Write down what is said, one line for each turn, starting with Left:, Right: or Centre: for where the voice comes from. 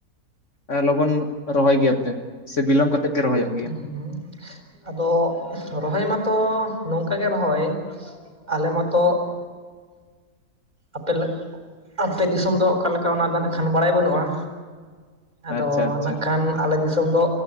Left: ᱞᱚᱜᱚᱱ ᱨᱚᱦᱚᱭ ᱜᱮᱭᱟ ᱯᱮ ᱥᱮ ᱵᱤᱞᱚᱢ ᱠᱟᱛᱮ ᱛᱮᱫ ᱜᱮ ᱨᱚᱦᱚᱭᱚᱜ ᱜᱮᱭᱟ?
Right: ᱦᱩᱸ ᱟᱫᱚ ᱨᱚᱦᱚᱭ ᱢᱟ ᱛᱚ ᱱᱚᱝᱠᱟ ᱜᱮ ᱨᱚᱦᱚᱭ ᱟᱞᱮ ᱢᱟ ᱛᱚ <inaudible> ᱟᱯᱮ ᱞᱮ ᱟᱯᱮ ᱫᱤᱥᱚᱢ ᱫᱚ ᱚᱠᱟ ᱞᱮᱠᱟ ᱚᱱᱟ ᱫᱚ ᱱᱟᱜᱠᱷᱟᱱ ᱵᱟᱲᱟᱭ ᱵᱟᱹᱱᱩᱜᱼᱟ᱾ ᱟᱫᱚ
Left: ᱟᱪᱪᱷᱟ ᱟᱪᱪᱷᱟ
Right: ᱱᱟᱜᱠᱷᱟᱱ ᱟᱞᱮ ᱫᱤᱥᱚᱢ ᱫᱚ